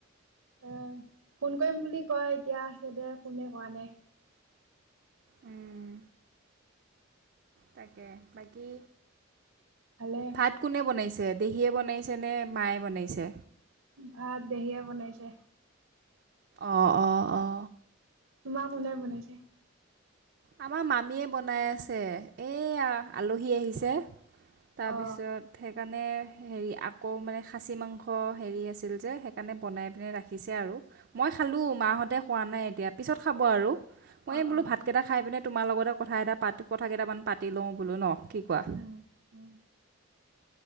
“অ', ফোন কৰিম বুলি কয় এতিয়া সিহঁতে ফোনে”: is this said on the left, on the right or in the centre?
Right